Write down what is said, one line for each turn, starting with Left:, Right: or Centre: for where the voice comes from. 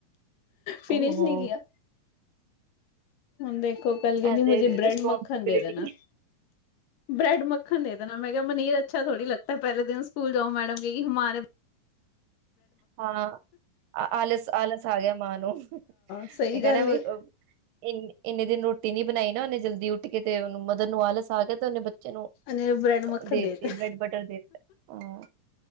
Left: ਫਿਨਿਸ਼,
Right: ਓਹੋ
Left: ਨਹੀਂ ਕੀਆ ਹੁਣ ਦੇਖੋ, ਕਲ ਕਹਿਦੀ ਮੁਝੇ
Right: ਤੇ
Left: ਬ੍ਰੈਡ
Right: ਰਿਸਪੋਂਸਿਬਿਲਿਟੀ
Left: ਮੱਖਣ ਦੇ ਦੇਨਾ ਬ੍ਰੈਡ ਮੱਖਣ ਦੇ ਦੇਣਾ, ਮੈਂ ਕਿਹਾ, ਮਨੀਰਅੱਛਾ ਥੋੜ੍ਹੀ ਲੱਗਤਾ ਪਹਿਲੇ ਦਿਨ, ਸਕੂਲ ਜਾਓ ਮੈਡਮ ਗਈ ਮਾਂ ਨੇ
Right: ਹਾਂ, ਆਲਸ -ਆਲਸ ਆ ਗਿਆ ਮਾਂ ਨੂੰ
Left: ਸਹੀ
Right: ਇਹ ਕਹਿ
Left: ਗੱਲ
Right: ਰਿਹਾ
Left: ਏ
Right: ਇਨੇਂ -ਇੰਨੇ ਦਿਨ ਰੋਟੀ ਨੀ ਬਣਾਈ ਨਾ ਉਹਨੇ ਜਲਦੀ ਉੱਠ ਕੇ, ਤੇ ਉਹਨੂੰ ਮਦਰ ਨੂੰ ਆਲਸ ਆ ਗਿਆ ਤੇ ਉਹਨੇ ਬ ਚਲੋ,
Left: ਉਹਨੇ ਬ੍ਰੈਡ ਮੱਖਣ
Right: ਦੇਤੀ
Left: ਦੇਤਾ
Right: ਬ੍ਰੈਡ ਬਟਰ ਦੇ ਤਾ